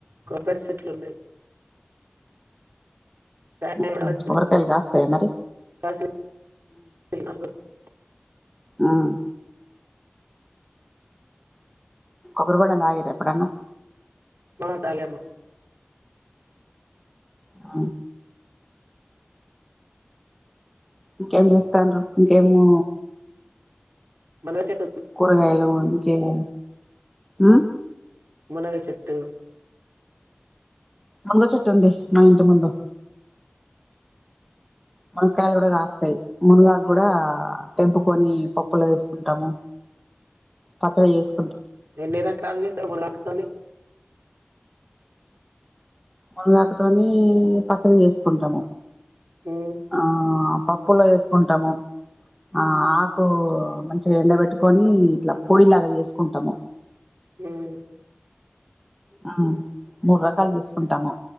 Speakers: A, on the right (about 75°); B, in the centre.
A: కొబ్బరి చెట్లున్నాయి కాయలు
B: ఆ
A: కూడా వచ్చినాయి
B: కొబ్బరికాయలు కాస్తాయా మరి
A: కాస్ <unintelligible>
B: ఉమ్ కొబ్బరి బోండం తాగిర్రా ఎప్పుడన్నా
A: ఆ తాగాము
B: ఆ ఇంకేం చేస్తాండ్రూ ఇంకేము
A: మునగ చెట్
B: కూరగాయలు ఇంకేయి ఉమ్
A: మునగ చెట్టు
B: మునగ చెట్టు ఉంది మా ఇంటి ముందు మునక్కాయలు కూడా కాస్తాయి మునుగాకు కూడా తెంపుకొని పప్పులో వేసుకుంటాము పప్పులో వేసి
A: ఎన్ని రకాలు చేస్తారు మునుగాకు తోని
B: మునగాకతోని పచ్చడి చేసుకుంటాము
A: ఉమ్,
B: ఆ పప్పులో వేసుకుంటాము ఆ ఆకు మంచిగా ఎండబెట్టుకొని ఇట్లా పొడిలాగా చేసుకుంటాము
A: ఉమ్
B: ఆ మూడు రకాలు చేసుకుంటాము